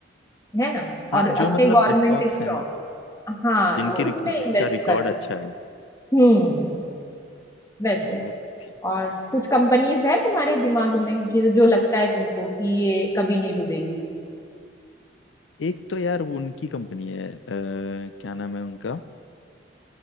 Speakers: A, on the left (about 15°); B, on the left (about 85°).
A: है ना
B: हाँ
A: और
B: जो
A: अपने
B: मतलब
A: गवर्नमेंट
B: स्टॉक्स
A: स्टॉक
B: हैं
A: हाँ
B: जिनकी
A: तो
B: रिक-
A: उसमें
B: जिनका
A: इन्वेस्ट
B: रिकॉर्ड
A: कर दो।
B: अच्छा है
A: हम्म वैसे
B: ओके
A: और कुछ कंपनीज है तुम्हारे दिमाग में जो जो लगता है तुमको कि ये कभी नहीं डूबेगी
B: एक तो यार वो उनकी कंपनी है अ, क्या नाम है उनका